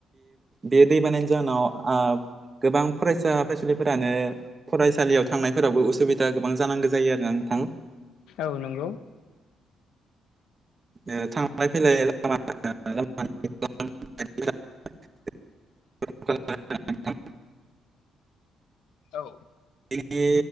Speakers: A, on the right; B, on the left.
A: बेे दैै बानानि जाहोनाव ओ गोबां फरायसा फरायसुलिफोरानो फरायसालियाव थांनायफोरावबो उसुबिदा गोबां जांगौ जायो आरोना नोंथां?
B: औ नंगौ
A: ओ थांलाय फैलाय <unintelligible> <unintelligible>
B: औ
A: जोंनि